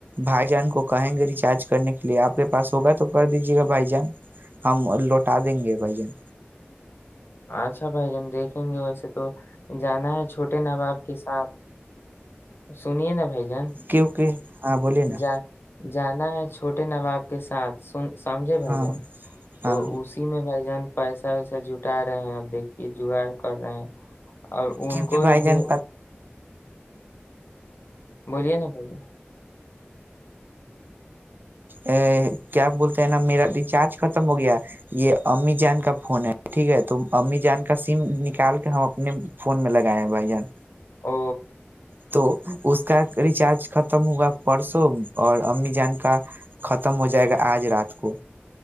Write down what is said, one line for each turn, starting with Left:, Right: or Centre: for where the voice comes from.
Right: بھائی جان کو کہیں گے ریچارج کرنے کے لیے آپ کے پاس ہوگا تو کر دیجے گا بھائی جان ہم لوٹا دیں گے بھائی جان
Left: اچھا بھائی جان دیکھیں گے ویسے تو جانا ہے چھوٹے ناں باپ کے ساتھ سنیے نا بھائی جان
Right: کی کہ ہاں بولیے نا
Left: جا جانا ہے چھوٹے نواب کے ساتھ سن سمجھے بھائی
Right: ہاں
Left: جان تو
Right: ہاں
Left: اسی میں بھائی جان پیسا ویسا جٹ اٹا رہے ہیں بیکی جگاڑ کر رہے ہیں ا
Right: کیونکہ
Left: ان کو
Right: بھائی
Left: ہی بھی
Right: جان
Left: بولیے نا بھائی
Right: ا کیا بولتے ہیں نا میرا ریچارج ختم ہو گیا یہ امیجان کا فون ہے ٹھیک ہے تو امیجان کا سم نکال کے ہم اپنے فون میں لگائے ہیں بھائی جان
Left: او
Right: تو اس کا ریچارج ختم ہوگا پرسوں اور امی جان کا ختم ہو جائے گا آج رات کو